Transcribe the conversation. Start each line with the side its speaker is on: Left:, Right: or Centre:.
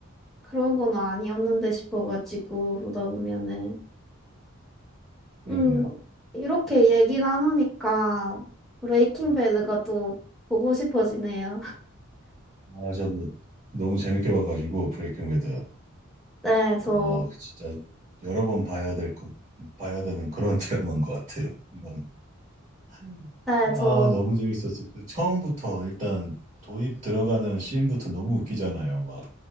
Centre: 그런 건 아니었는데 싶어가지고, 보다 보면은.
Right: 음, 그러게요.
Centre: 음, 이렇게 얘기 나누니까 브레이킹
Right: 예.
Centre: 배드가 또 보고 싶어지네요. <laughs>
Right: 아, 저도 너무 재밌게 봐가지고 브레이킹 배드.
Centre: 네,
Right: 어,
Centre: 저,
Right: 진짜 여러 번 봐야 될 것, 봐야 되는 그런 <laughs> 드라마인 것 같아요. 이건. 음.
Centre: 네,
Right: 아,
Centre: 저,
Right: 너무 재밌었어. 그 처음부터 일단 도입 들어가는 씬부터 너무 웃기잖아요. 막,